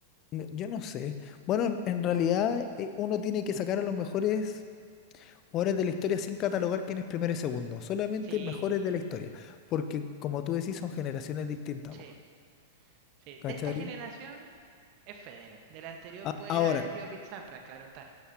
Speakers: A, on the left; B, on the right.
A: No, Yo no sé. Bueno, en en realidad eh, uno tiene que sacar a los mejores Jugadores de la historia sin catalogar quién es primero y segundo, solamente
B: Sí,
A: mejores de la historia, porque como tú decís, son generaciones distintas,
B: sí,
A: po,
B: sí.
A: ¿cachai?
B: De esta generación es Federer, de la anterior
A: A-
B: puede
A: ahora,
B: haber sido Pete Sampras, claro está.